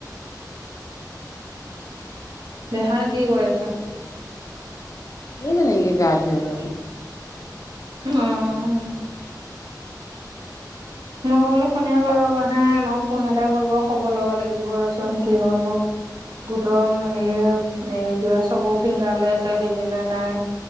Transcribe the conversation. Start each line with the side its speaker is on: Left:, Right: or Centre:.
Right: দেহাই কি কৰি আছে?
Left: এই যেনকে গা ধুৱা
Right: অ'। মই বোলো ফোনে কৰিব পৰা নাই। মই ফোন এটা কৰিব খবৰ ল'ব লাগিব ৰচোন কিহৰনো গোটৰ হেৰি হে কা চকু, ফিংগাৰ লৈ আছে দিলি নে নাই?